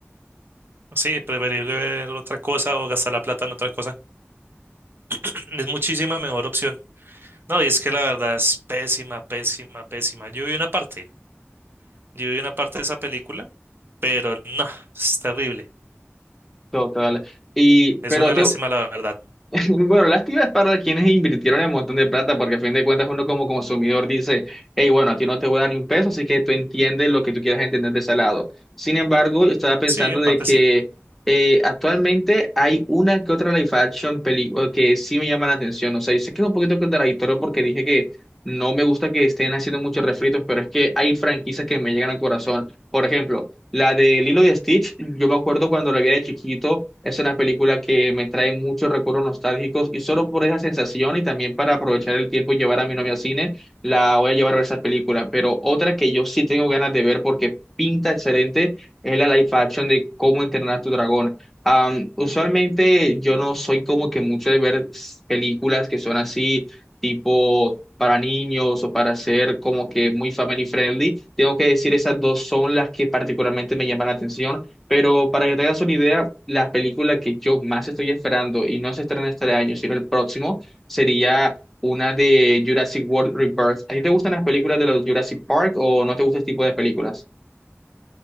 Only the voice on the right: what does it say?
Sí, preferible ver otra cosa o gastar la plata en otra cosa. <clears throat> Es muchísima mejor opción. No, y es que la verdad es pésima, pésima, pésima. Yo vi una parte, yo vi una parte de esa película, pero no, es terrible.
Es
una
lástima, la verdad.
Sí, en
parte
sí.